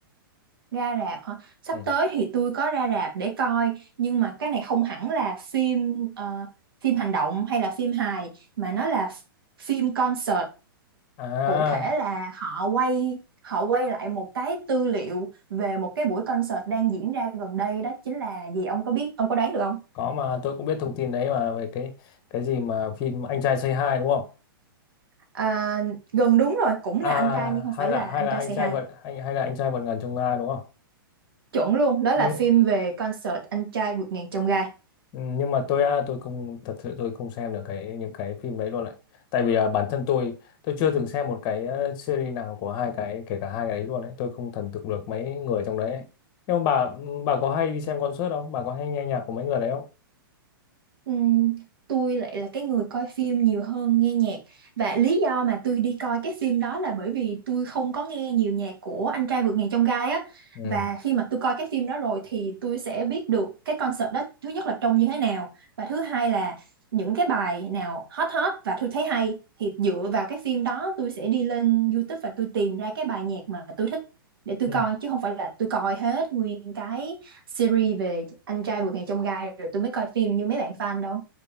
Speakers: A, on the right; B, on the left.
A: ra rạp hả? Sắp
B: ừ.
A: tới thì tôi có ra rạp để coi nhưng mà cái này không hẳn là phim ờ, phim hành động hay là phim hài mà nó là ph- phim concert
B: à
A: cụ thể là họ quay họ quay lại một cái tư liệu về một cái buổi concert đang diễn ra gần đây đó chính là gì ông có biết ông có đoán được không?
B: có mà tôi cũng biết thông tin đấy mà về cái cái gì mà phim anh trai Say Hi đúng không
A: À, gần đúng rồi cũng
B: à
A: là anh trai nhưng không
B: hay
A: phải
B: là
A: là
B: hay
A: anh
B: là
A: trai
B: anh
A: Say
B: trai
A: Hi
B: vượt anh hay là anh trai vượt ngàn chông gai đúng không
A: chuẩn luôn đó là
B: nhưng
A: phim về concert anh trai vượt ngàn chông gai
B: ừ, nhưng mà tôi à, tôi không thật sự tôi không xem được cái những cái phim đấy luôn lại tại vì à, bản thân tôi tôi chưa từng xem một cái ờ, series nào của hai cái kể cả hai cái đấy luôn ấy tôi không thần tượng được mấy người trong đấy ấy. nhưng mà bà bà có hay đi xem concert không bà có hay nghe nhạc của mấy người đấy không
A: Ừm, tôi lại là cái người coi phim nhiều hơn nghe nhạc và lý do mà tôi đi coi cái phim đó là bởi vì tôi không có nghe nhiều nhạc của Anh trai vượt ngàn chông gai á
B: ừ.
A: và khi mà tôi coi cái phim đó rồi thì tôi sẽ biết được cái concert đó thứ nhất là trông như thế nào và thứ hai là những cái bài nào hot hot và tôi thấy hay thì dựa vào cái phim đó tôi sẽ đi lên YouTube và tôi tìm ra cái bài nhạc mà tôi thích để tôi
B: Ừ.
A: coi chứ không phải là tôi coi hết nguyên cái series về anh trai vượt ngàn chông gai rồi tôi mới coi phim như mấy bạn fan đâu